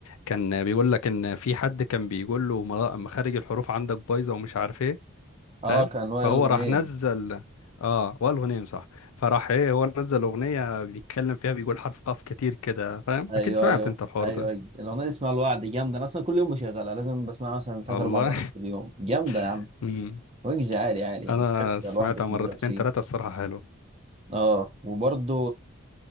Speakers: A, on the left (about 85°); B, on the right (about 30°).
A: كان بيقول لك ان في حد كان بيقول له ملا- مخارج الحروف عندك بايظه ومش عارف ايه
B: اه
A: فاهم
B: كان وائل
A: فهو
B: الغنيم
A: راح نزل اه والغنيم صح فراح ايه هو نزل اغنيه بيتكلم فيها بيقول حرف قاف كتير كده فاهم
B: ايوه
A: اكيد سمعت
B: ايوه
A: انت الحوار
B: ايوه
A: ده
B: ايوه. الاغنية دي اسمها الوعد جامدة انا اصلا كل يوم بشغلها لازم بسمعها مثلا ثلاث
A: والله
B: اربع مرات في اليوم جامدة يا عم
A: <laughs> امم
B: ويجز عالي عالي يعني
A: انا
B: حتى
A: سمعتها
B: لوحده في
A: مرتين
B: المدرسين
A: ثلاثه الصراحه حلو
B: اه وبرضه